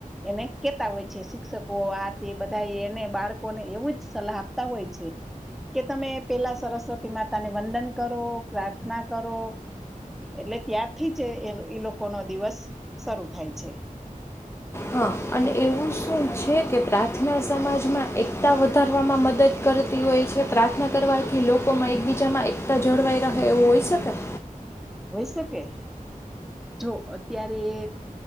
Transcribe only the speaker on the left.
હા અને એવું શું છે કે પ્રાર્થના સમાજમાં એકતા વધારવામાં મદદ કરતી હોય છે, પ્રાર્થના કરવાથી લોકોમાં એકબીજામાં એકતા જળવાઈ રહે એવું હોય શકે?